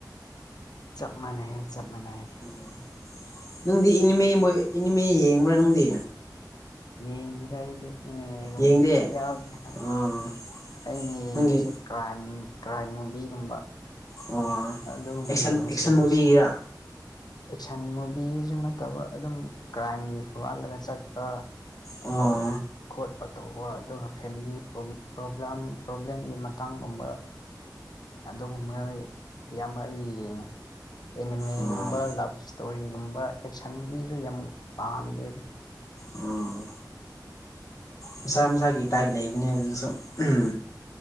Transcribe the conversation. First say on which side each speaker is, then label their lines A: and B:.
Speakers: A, on the left; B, on the left.
A: ꯆꯞ ꯃꯥꯟꯅꯩꯌꯦ ꯆꯞ ꯃꯥꯟꯅꯩꯌꯦ
B: ꯎꯝ ꯅꯪꯗꯤ ꯏꯅꯤꯃꯦ ꯃꯣꯏ ꯏꯅꯤꯃꯦ ꯌꯦꯡꯕ꯭ꯔꯥ ꯅꯪꯗꯤ
A: ꯌꯦꯡꯗꯦꯗ ꯑꯩꯗꯤ ꯑꯦꯅꯤꯃꯦꯒꯨꯝ
B: ꯌꯦꯡꯗꯦ
A: ꯕꯤꯠ ꯌꯥꯎꯗꯦꯅ
B: ꯑꯥ
A: ꯑꯩꯅ ꯌꯦꯡꯕꯁꯦ
B: ꯅꯪꯒꯤ
A: ꯀ꯭ꯔꯥꯏꯝ ꯇ꯭ꯔꯥꯏ ꯃꯨꯚꯤꯒꯨꯝꯕ
B: ꯑꯣ
A: ꯑꯗꯨꯒꯨꯝꯕ
B: ꯑꯦꯛꯁꯟ
A: ꯌꯦꯡꯉꯦ
B: ꯑꯦꯛꯁꯟ
A: ꯁꯦꯔꯤꯁꯇ
B: ꯃꯨꯚꯤꯒꯤꯔꯥ
A: ꯑꯦꯛꯁꯟ ꯃꯨꯚꯤꯁꯨ ꯅꯠꯇꯕ ꯑꯗꯨꯝ ꯀ꯭ꯔꯥꯏꯝꯒꯤ ꯍꯨꯔꯥꯜꯂꯒ ꯆꯠꯄ
B: ꯑꯣ
A: ꯑꯗꯨꯒ ꯈꯣꯠꯄ ꯇꯧꯕ ꯑꯗꯨꯒ ꯐꯦꯃꯤꯂꯤ ꯄ꯭ꯔꯣꯕ꯭ꯂꯦꯝ ꯄ꯭ꯔꯣꯕ꯭ꯂꯦꯝꯒꯤ ꯃꯇꯥꯡꯒꯨꯝꯕ ꯑꯗꯨꯒꯨꯝꯕ ꯑꯌꯥꯝꯕ ꯑꯩ ꯌꯦꯡꯉ ꯑꯦꯅꯤꯃꯦꯒꯨꯝꯕ
B: ꯑꯣ
A: ꯂ ꯏꯁꯇꯣꯔꯤꯒꯨꯝꯕ ꯑꯦꯛꯁꯟꯒꯤꯁꯨ ꯌꯥꯝ ꯄꯥꯝꯃꯦꯦꯅ
B: ꯑꯣ ꯃꯁꯥ ꯃꯁꯥꯒꯤꯩ ꯇꯥꯏꯞ ꯂꯩꯕꯅꯦ ꯑꯗꯨꯁꯨ ꯎꯝ